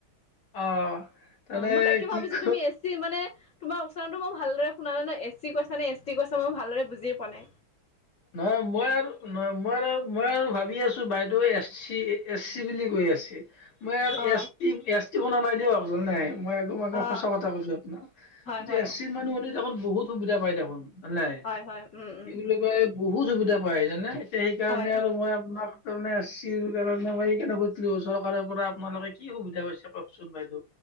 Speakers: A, on the left (about 70°); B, on the left (about 40°).
A: অ' তানে
B: অ মই তাকে
A: কি
B: ভাবিছোঁ
A: ক
B: তুমি এছ টি মানে তোমাৰ উচ্চাৰণটো মই ভালদৰে শুনা নাই এ চি কৈছা নে এছ টি কৈছা মই ভালৰে বুজি মানে
A: নহয় মই আৰু নহ মই আৰু মই আৰু ভাবি আছো বাইদেউ এছ চি এছ চি বুলি কৈ আছে। মই
B: অ
A: এছ টি এছ টি শুনা নাই দিয়ক। কোনো নাই মই আৰু মানুহ
B: অ
A: সঁচা কথা কৈছো আপোনাক
B: হয় হয়
A: এচ চি মানুহ হলে দেখোন বহুত সুবিধা পাই দেখোন হলঁনাই,
B: হয় হয় উম উম
A: কি বুলি কয়- বহুত সুবিধা পাই জানে। সেইকাৰণে
B: হয়
A: আৰু মই আপোনাক তাৰমানে আছিল কাৰণে মই এই কাৰণে কৈছিলো চৰকাৰৰ পৰা আপোনালোকে কি সুবিধা পাইছে কওঁকচোন বাইদেউ